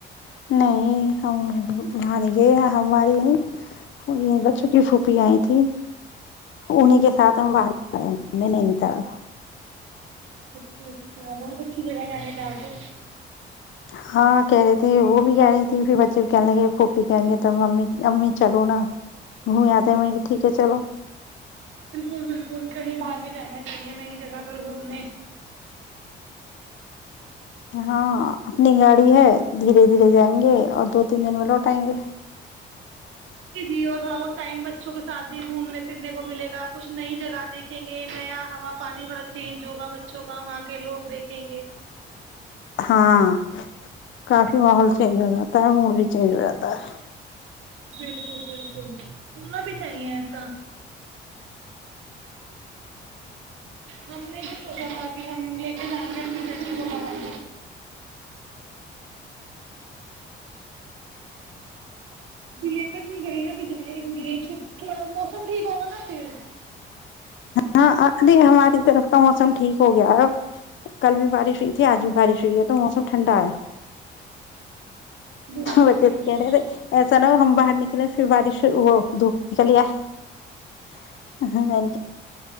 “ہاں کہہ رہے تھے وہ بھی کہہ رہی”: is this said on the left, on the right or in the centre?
Left